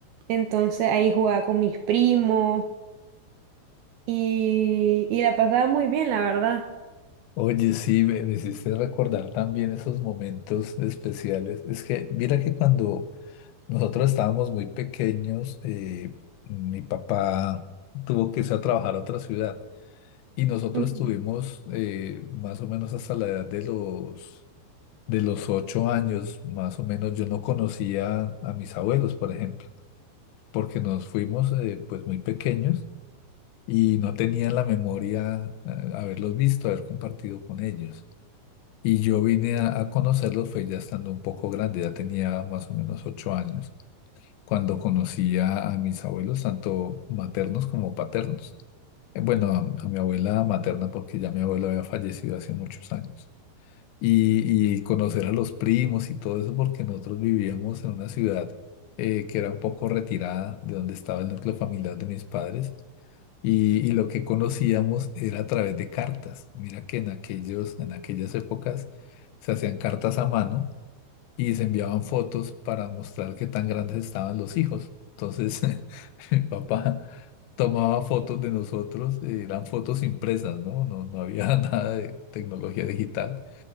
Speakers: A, on the right; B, on the left.
A: Entonces ahí jugaba con mis primos y, y la pasaba muy bien, la verdad.
B: Oye, sí, me, me hiciste recordar también esos momentos especiales. Es que, mira que cuando nosotros estábamos muy pequeños, eh, mi papá tuvo que irse a trabajar a otra ciudad y nosotros
A: Ujú.
B: estuvimos eh, más o menos hasta la edad de los, de los ocho años, más o menos. Yo no conocía a mis abuelos, por ejemplo, porque nos fuimos eh, pues muy pequeños. y no tenía en la memoria eh, haberlos visto, haber compartido con ellos. Y yo vine a, a conocerlos fue ya estando un poco grande, ya tenía más o menos ocho años, cuando conocí a, a mis abuelos, tanto maternos como paternos. Eh, Bueno, a, a mi abuela materna, porque ya mi abuelo había fallecido hace muchos años. Y, y conocer a los primos y todo eso, porque nosotros vivíamos en una ciudad eh, que era un poco retirada de donde estaba el núcleo familiar de mis padres y, y lo que conocíamos era a través de cartas. Mira que en aquellos, en aquellas épocas se hacían cartas a mano y se enviaban fotos para mostrar qué tan grandes estaban los hijos. Entonces, <laughs> mi papá tomaba fotos de nosotros, eh, eran fotos impresas, ¿no? No, no había <laughs> nada de tecnología digital.